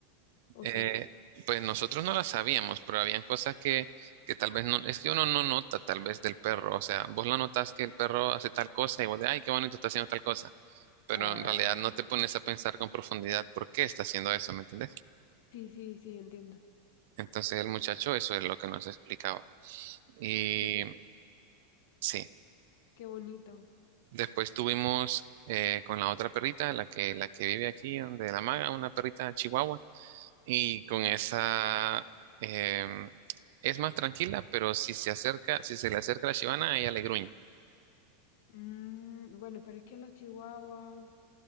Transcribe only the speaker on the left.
¿O
sí?
Ah,
sí, sí, sí, entiendo.
Qué,
qué bonito.
Mm, bueno, pero es que los chihuahuas